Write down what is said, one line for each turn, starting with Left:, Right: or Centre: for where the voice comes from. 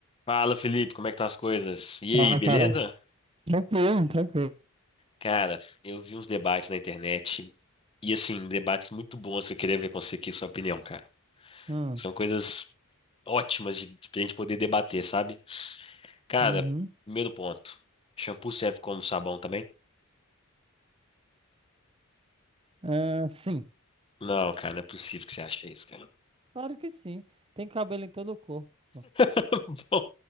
Left: Fala, Felipe, como é que estão as coisas? E
Right: Fala,
Left: aí, beleza?
Right: cara. Tranquilo, tranquilo.
Left: Cara, eu vi uns debates na internet e assim, debates muito bons que eu queria ver com você aqui, sua opinião, cara.
Right: Hum,
Left: São coisas ótimas de, de a gente poder debater, sabe? Cara,
Right: uhum.
Left: primeiro ponto. Shampoo serve como sabão também?
Right: Ah, sim,
Left: Não, cara, não é possível que você ache isso, cara.
Right: claro que sim. Tem cabelo em todo o corpo. pô.
Left: <laughs> Bom,